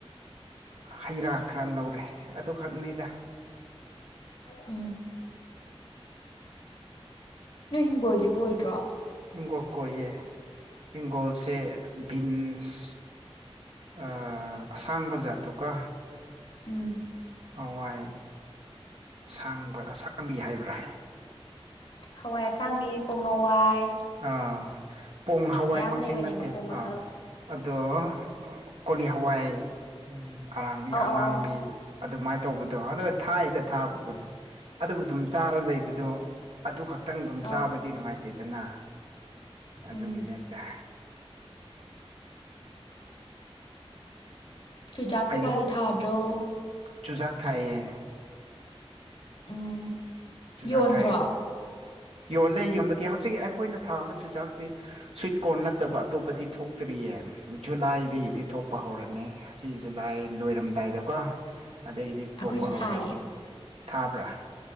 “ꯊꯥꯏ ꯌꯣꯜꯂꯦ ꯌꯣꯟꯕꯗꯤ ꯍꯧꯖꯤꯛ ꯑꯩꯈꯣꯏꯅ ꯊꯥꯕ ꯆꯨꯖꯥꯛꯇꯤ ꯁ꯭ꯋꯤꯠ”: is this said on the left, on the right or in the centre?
Right